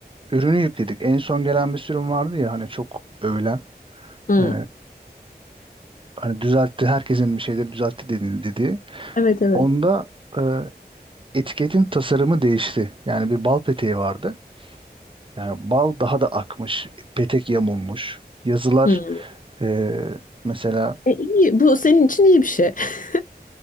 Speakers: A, on the right (about 30°); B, on the left (about 55°).
A: ürünü yükledik. En son gelen bir sürüm vardı ya hani çok övülen.
B: Hı,
A: Ee, hani düzeltti, herkesin bir şeyleri düzeltti dedi, dedi.
B: evet evet.
A: Onda e, etiketin tasarımı değişti. Yani bir bal peteği vardı. Yani bal daha da akmış, petek yamulmuş. Yazılar
B: Hı.
A: e, mesela
B: E, iyi. Bu senin için iyi bir şey. <laughs>